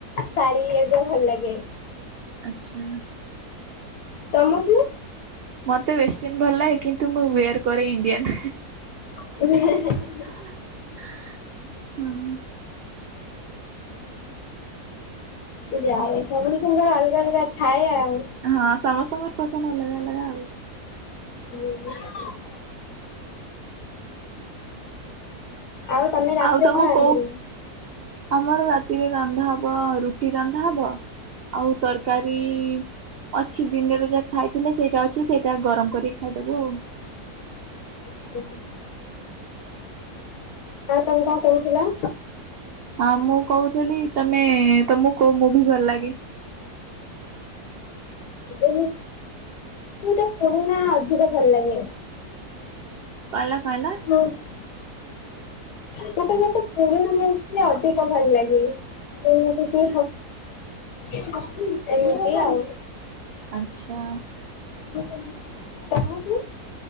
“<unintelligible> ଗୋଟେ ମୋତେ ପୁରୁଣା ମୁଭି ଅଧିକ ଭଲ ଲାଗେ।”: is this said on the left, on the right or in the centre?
Left